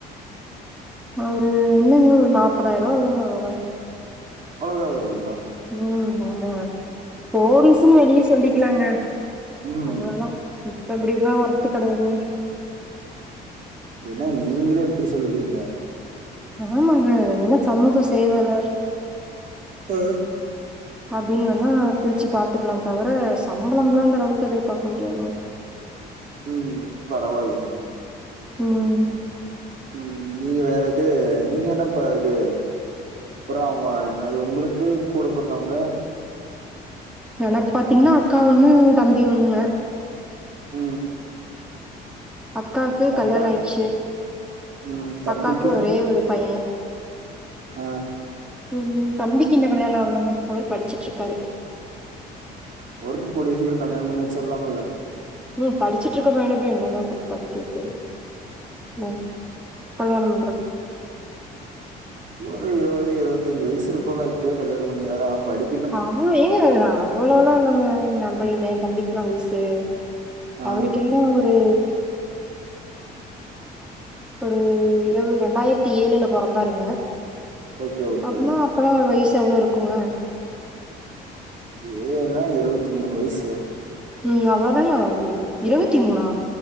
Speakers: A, in the centre; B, on the right (about 50°).
A: அவரு இல்லைங்க ஒரு நாப்பதாயிர ரூவா வருங்க அவ்ளோ தாங்க
B: அவ்ளோதா வருங்கலா
A: ம் ஆமாங்க போலீஸூன் வெளிய சொல்லிக்கலாங்க
B: ம்
A: அவ்ளோதா இப்ப அப்டில்லா வொர்த்து கடையாதுங்க
B: என்ன நீங்களே இப்படி சொல்றீங்க
A: ஆமாங்க என்னா சமூக சேவளர்
B: ஆ
A: அப்டின் வேணா பிரிச்சு பாத்துக்கலா தவர சம்பளம்லா அந்த அளவுக்கு எதிர்பாக்க முடியாதுங்க
B: ம் பரவால்லயே
A: ம்
B: ம் நீங்க வேற எது நீங்க என்னப்ப இது அப்றோ அவங்க உங்களுக்கு கூட பொறந்தவங்க
A: எனக் பாத்தீங்கன்னா அக்கா ஒன்னு தம்பி ஒன்னுங்க
B: ம்
A: அக்காக்கு கல்யாண
B: அக்கா
A: ஆயிச்சு
B: ம் தம்பிக்கு
A: அக்காக்கு ஒரே ஒரு பைய
B: ஆ
A: ம் தம்பிக்கு இன்னு கல்யாணம் ஆவலங்க அவரு படிச்சிட்டு இருக்காரு
B: அவருக்கு கூடிய சீக்கரோ கல்யாணம் பண்ணி வச்சிரலாம்ல
A: உம் படிச்சிட்டு இருக்க பையன போய் என்னங்க போய் படிக்க வைக்கிறது உம் கல்யாணம் பண்றது
B: ஒரு இருவது இருவத்தஞ்சு வயசு இருக்குள்ள இப்பயே கல்யாண பண்ணிங்கனா அவன் படி
A: அவ்ளோ ஏ அவ்ளோலா இல்லங்க என் பைய என் தம்பிக்கெல்லா வயசு
B: ஆ
A: அவருக்கு என்ன ஒரு ஒரு இரவு ரெண்டாயிரத்தி ஏழுல பொறந்தாருங்க
B: ஓகே ஓகே
A: அப்னா அப்பனா வயசு எவ்ளோ இருக்குங்க
B: ஏழுனா இருவத்தி மூணு வயசு
A: ம் அவ்ளதாங்க ஆவுது இருவத்தி மூணா